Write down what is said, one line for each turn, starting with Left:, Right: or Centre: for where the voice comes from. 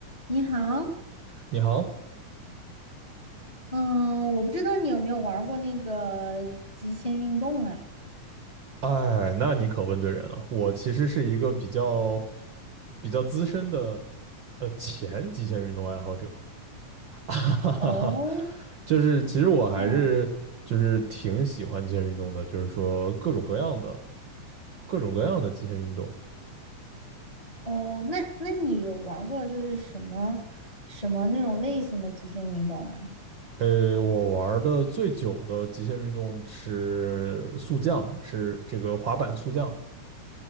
Left: 你好，
Right: 你好，
Left: 嗯，我不知道你有没有玩儿过那个极限运动啊？
Right: 哎，那你可问对人了。我其实是一个比较比较资深的呃前极限运动爱好者，<laughs> 哈哈哈。
Left: 哦，
Right: 就是其实我还是就是挺喜欢极限运动的，
Left: 啊
Right: 就是说各种各样的各种各样的极限运动。
Left: 哦，那那你有玩儿过就是什么什么那种类型的极限运动啊？
Right: 呃，我玩的最久的极限运动是速降，是这个滑板速降